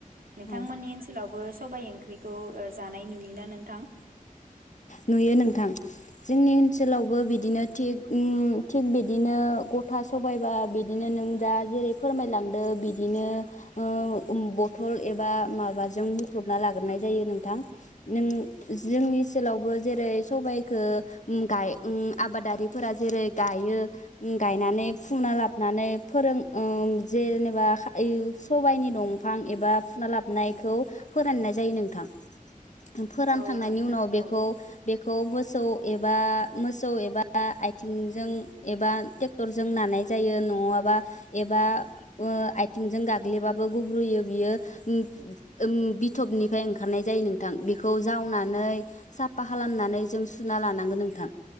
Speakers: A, on the right; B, on the left.
A: <unintelligible>
B: औ
A: थांमोननि ओनसोलावबो सबायाइ ओंख <unintelligible> खौ जानाय नुयोना नोंथां?
B: नुयो नोंथां जोंनि ओनसोलावबो बिदिनो थिग उम थिग बिदिनो गथा सबायबा बिदिनो नों दा जेरै फोरमायलांदो बिदिनो ओ उम बथल एबा माबाजों हुख्रुबना लाग्रोनाय जायो नोंथां नों जोंनि ओनसोलावबो जेरै सबाइखो उम गाय उम आबादारिफोरा जेरै गायो उम गायनानै फुना लाबानै फोरों ओ जेनेबा यै सबायनि दंफां एबा फुना लाबनायखौ फोराननाय जायो नोंथां। फोरानखांनायनि
A: औ नोंथां
B: उनाव बे
A: औ
B: खौ बे खौ मोसौ एबा मोसौ एबा आथिंजों एबा टेक्टरजों नानाय जायो नङाबा एबा ओ आथिंजों गाग्लिबाबो गुब्रुयो बियो ओम ओम बिथबनिफ्राय ओंखारनाय जायो नोंथां बेखौ जावनानै साफा खालामनानै जों सुना लानांगोन नोंथां।